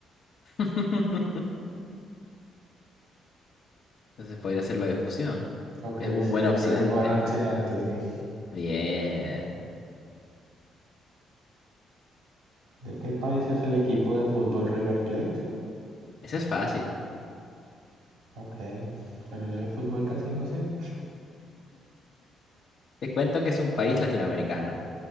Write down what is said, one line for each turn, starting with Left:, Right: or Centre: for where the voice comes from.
Left: <laughs> Entonces podría hacerlo de fusión.
Right: Ok,
Left: Es un
Right: sí,
Left: buen
Right: es,
Left: oxidante.
Right: es buen oxidante, sí.
Left: Bien.
Right: ¿De qué país es el equipo de fútbol River Plate?
Left: Ese es fácil.
Right: Ok, pero yo de fútbol casi no sé.
Left: Te cuento que es un país latinoamericano.